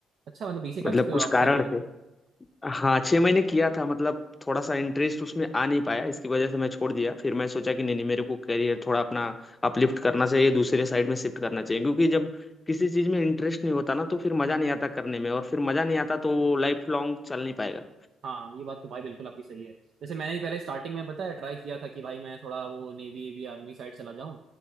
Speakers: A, on the right (about 65°); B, on the left (about 25°).
A: अच्छा मतलब बीसी कर
B: मतलब
A: चुके हो
B: कुछ
A: आप
B: कारण
A: छह महीने
B: थे हाँ छः महीने किया था मतलब थोड़ा सा इंटरेस्ट उसमें आ नहीं पाया इसकी वजह से मैं छोड़ दिया फिर मैं सोचा कि नहीं नहीं मेरे को करियर थोड़ा अपना अपलिफ्ट करना चाहिए दूसरे साइड में शिफ्ट करना चाहिए क्योंकि जब किसी चीज़ में इंटरेस्ट नहीं होता ना तो फिर मज़ा नहीं आता करने में और फिर मज़ा नहीं आता तो वो लाइफ लॉन्ग चल नहीं पाएगा
A: हाँ ये बात तो भाई बिल्कुल आपकी सही है जैसे मैंने ही पहले स्टार्टिंग में बताया ट्राई किया था कि भाई मैं थोड़ा वो नेवी एवी आर्मी साइड चला जाऊँ